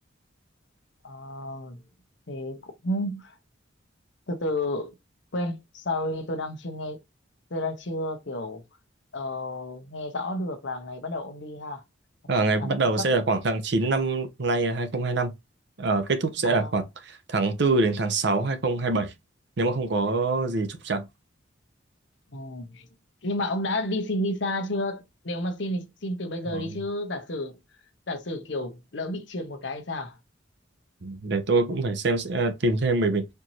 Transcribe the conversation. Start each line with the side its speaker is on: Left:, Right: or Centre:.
Left: Ờ, thế cũng từ từ quên sorry tôi đang chưa nghe tôi đang chưa kiểu ờ, nghe rõ được là ngày bắt đầu ông đi ha
Right: Ờ,
Left: tháng
Right: ngày
Left: tháng
Right: bắt đầu
Left: sắp
Right: sẽ là khoảng tháng 9 năm nay là 2025 Ờ, kết thúc sẽ
Left: à,
Right: là khoảng tháng tư đến tháng 6 bảy nếu mà không có gì trục trặc
Left: ừ. nhưng mà ông đã đi xin visa chưa nếu mà xin thì xin từ bây
Right: Ờ,
Left: giờ đi chứ giả sử giả sử kiểu lỡ bị trượt một cái thì sao
Right: để tôi cũng phải xem sẽ à, tìm thêm bởi vì